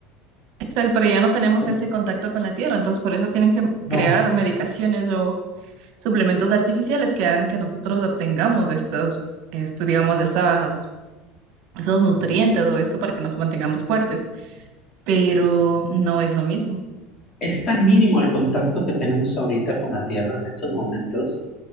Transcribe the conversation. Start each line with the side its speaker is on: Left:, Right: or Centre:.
Right: Exacto, pero ya no tenemos
Left: No,
Right: ese contacto con la tierra, entonces por eso tienen que
Left: no,
Right: crear medicaciones o suplementos artificiales que hagan que nosotros obtengamos estos, esto, digamos, de esas esos nutrientes o esto para que nos mantengamos fuertes, pero no es lo mismo.
Left: es tan mínimo el contacto que tenemos ahorita con la Tierra en estos momentos